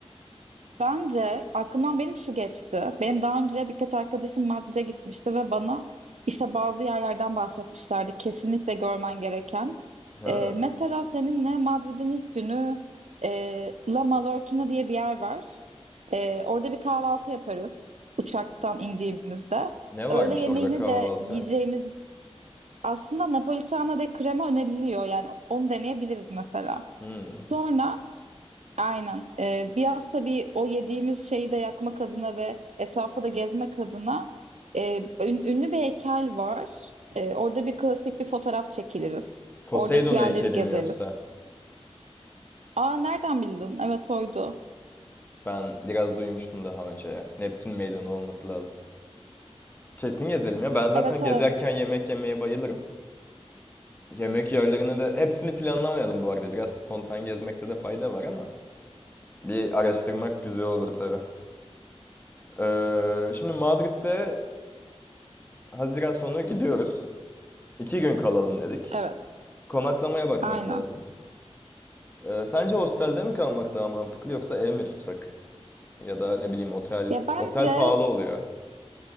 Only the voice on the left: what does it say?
Ha.
Ne
varmış
orada kahvaltı?
Hmm.
Poseidon
heykeli
mi yoksa?
Ben biraz duymuştum daha önce ya. Neptün meydanı olması lazım. Kesin gezelim ya. Ben zaten
gezerken yemek yemeye bayılırım. Yemek yerlerini de hepsini planlamayalım bu arada. Biraz spontan gezmekte de fayda var ama bir araştırmak güzel olur tabii. Ee, şimdi Madrid'de Haziran sonu gidiyoruz. İki gün kalalım dedik.
Konaklamaya bakmak
lazım. Ee, sence hostelde mi kalmak daha mantıklı yoksa ev mi tutsak? Ya da ne bileyim otel.
Otel pahalı oluyor.